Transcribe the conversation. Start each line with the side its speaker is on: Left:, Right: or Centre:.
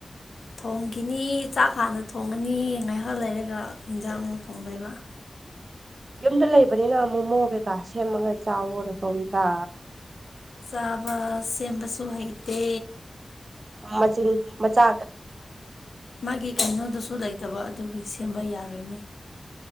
Left: ꯊꯣꯡꯈꯤꯅꯤ ꯆꯥꯛ ꯍꯥꯟꯅ ꯊꯣꯡꯒꯅꯤ ꯉꯥꯏꯍꯥꯛ ꯂꯩꯔꯒ ꯌꯦꯟꯖꯥꯡ ꯨꯛ ꯊꯣꯡꯗꯣꯏꯕ <inaudible>
Right: ꯌꯨꯝꯗ ꯂꯩꯕꯅꯤꯅ ꯃꯣꯃꯣ ꯀꯩꯀꯥ ꯁꯦꯝꯃꯒ ꯆꯥꯎꯋꯅꯗꯣ ꯑꯝꯇ
Left: ꯆꯥꯕ ꯁꯦꯝꯕꯁꯨ ꯍꯩꯇꯦ
Right: ꯃꯆꯤꯟ ꯃꯆꯥ
Left: ꯃꯥꯒꯤ ꯀꯩꯅꯣꯗꯨꯁꯨ ꯂꯩꯇꯕ ꯑꯗꯨꯒꯤ ꯁꯦꯝꯕ ꯌꯥꯔꯣꯏꯅꯦ